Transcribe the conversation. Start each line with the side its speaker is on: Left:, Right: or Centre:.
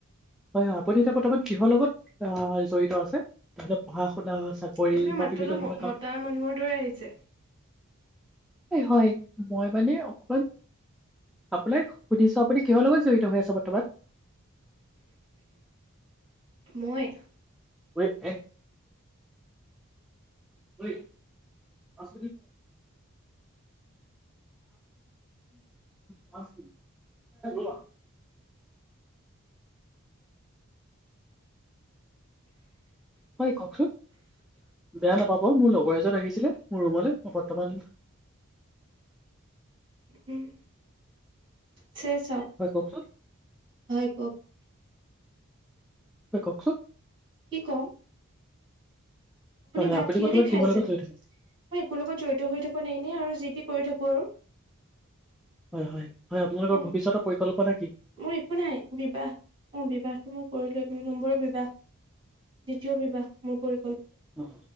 Centre: হয় হয় আপুনি এতিয়া বৰ্তমান কিহৰ লগত আহ জড়িত আছে তহলে পঢ়া শুনা চাকৰি
Right: আপোনাৰ মাতটো
Centre: বা বিবিধ
Right: অলপ
Centre: ধৰণৰ
Right: মতা
Centre: কাম
Right: মানুহৰ দৰে আহিছে
Centre: হয় মই মানে আপোনাক সুধিছো আপুনি কিহৰ লগত জড়িত হৈ আছে বৰ্তমান
Right: মই
Centre: উই এ পাঁচ পাঁচ বা হয় কওঁকচোন বেয়া নাপাব মোৰ লগৰ এজনত আহিছিলে মোৰ ৰুমলৈ মই বৰ্তমান।
Right: উম চে চাওক
Centre: হয় কওকচোন
Right: হয় কওঁক।
Centre: হয় কওকচোন
Right: কি কম?
Centre: হয় হয়
Right: ভাত
Centre: আপুনি
Right: কিহেদি
Centre: বৰ্তমান
Right: খাইছে
Centre: কিহৰ লগত থাকে
Right: মই একো লগত জড়িত হৈ থকা নাই এনে আৰু যি টি কৰি থাকো আৰু
Centre: হয় হয় হয় আপোনালোকৰ
Right: অ
Centre: ভৱিষ্যতৰ পৰিকল্পনা কি
Right: মোৰ একো নাই বিবাহ অ বিবাহটো মই কৰিলো দুই নম্বৰৰ বিবাহ দ্বিতীয় বিবাহ মোৰ পৰি
Centre: অ